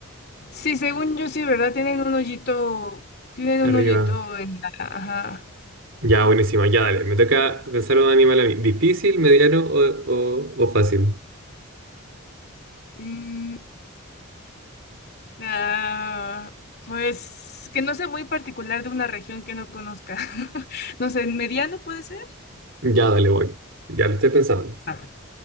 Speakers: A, on the left; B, on the right.
A: Sí, según yo sí, ¿verdad? Tienen un hoyito, tienen un
B: arriba.
A: hoyito en la... Ajá.
B: Ya, buenísima, ya dale. Me toca pensar un animal a mí. ¿Difícil, mediano o, o, o fácil?
A: Mm, ah, pues que no sea muy particular de una región que no conozca. <laughs> No sé, mediano puede ser.
B: Ya, dale, voy. Ya lo estoy pensando.
A: A ver.